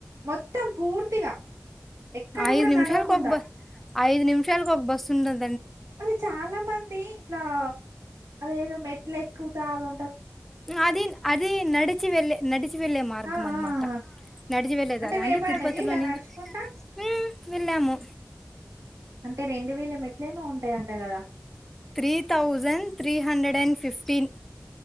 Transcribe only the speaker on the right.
మోత్తం పూర్తిగ ఎక్కడ
గుడా
నడవకుండ
మరి చాలా మంది ఇట్లా అదేదో మెట్లు ఎక్కుతాము
ఆ! ఆ!
ఆ.
మీరెప్పుడైనా
ఎళ్ళిల్లా
నడుచుకుంటా?
అంటే రెండు వేల మెట్లు ఏమో ఉంటాయంట కదా?